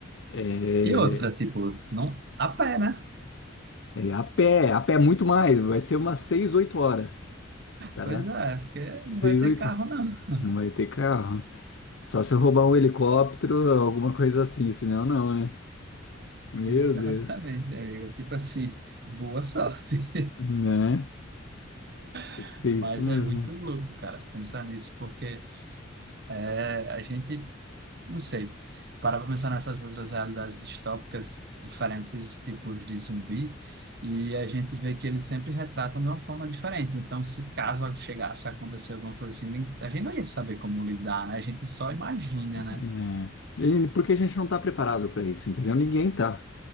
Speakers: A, on the left (about 65°); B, on the right (about 55°).
A: É,
B: E outra, tipo, não a pé, né?
A: É a pé, a pé muito mais, vai ser umas 6 8 horas, tá?
B: Pois é, é porque
A: 6
B: não vai ter
A: 8
B: carro, não. <laughs>
A: Não vai ter carro. Só se eu roubar um helicóptero, alguma coisa assim, senão não, né? Meu
B: Exatamente,
A: Deus,
B: amigo. Tipo assim, boa sorte.
A: né? Tem
B: <laughs>
A: que ser
B: Mas
A: isso mesmo.
B: é muito louco, cara, pensar nisso, porque é, a gente, não sei, parar para pensar nessas outras realidades distópicas, diferentes tipos de zumbi, e a gente vê que eles sempre retratam de uma forma diferente. Então, se caso chegasse a acontecer alguma coisa assim, nem- a gente não ia saber como lidar, né? A gente só imagina,
A: né?
B: né?
A: E Porque a gente não tá preparado para isso, entendeu? Ninguém tá.